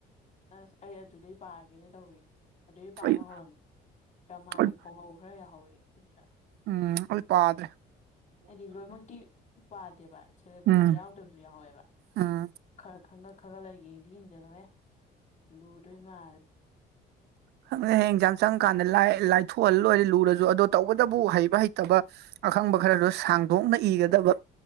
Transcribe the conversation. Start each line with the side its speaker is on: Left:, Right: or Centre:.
Left: ꯑꯁ ꯑꯩ ꯑꯗꯨꯗꯩ ꯄꯥꯒꯦꯅ ꯇꯧꯔꯤꯅꯦ ꯑꯗꯨꯩ ꯄꯥꯕ
Right: ꯑꯩ
Left: ꯍꯧꯔꯝꯃꯦ ꯗ꯭ꯔꯃꯥꯒꯤ
Right: ꯑꯩ
Left: ꯈꯣꯡꯍꯧ ꯈꯔ ꯌꯥꯍꯧꯋꯤ ꯑꯗꯨꯗ
Right: ꯎꯝ ꯑꯜꯄꯥꯗ꯭ꯔꯦ
Left: ꯍꯥꯏꯗꯤ ꯂꯣꯏꯅꯃꯛꯇꯤ ꯄꯥꯗꯦꯕ ꯁꯤꯂꯦꯕꯁꯇ
Right: ꯎꯝ
Left: ꯌꯥꯎꯗꯕꯁꯨ ꯌꯥꯎꯋꯦꯕ
Right: ꯎꯝ
Left: ꯈꯔ ꯈꯪꯒꯠ ꯈꯒ ꯂ ꯌꯦꯡꯗꯤ ꯌꯦꯦꯟꯖꯜꯂꯣꯍꯦ ꯂꯨꯗꯣꯏ ꯃꯥꯜꯂꯦ
Right: ꯈꯪꯉꯦ ꯍꯌꯦꯡ ꯑꯦꯛꯖꯥꯝ ꯆꯪꯉ ꯀꯥꯟꯗ ꯂꯥꯏꯊꯣꯛꯍꯜꯂ ꯂꯣꯏꯔꯦ ꯂꯨꯔꯁꯨ ꯑꯗꯣ ꯇꯧꯕꯇꯕꯨ ꯍꯩꯕ ꯍꯩꯇꯕ ꯑꯈꯪꯕ ꯈꯔꯗꯣ ꯁꯥꯡꯗꯣꯛꯅ ꯏꯒꯗꯕ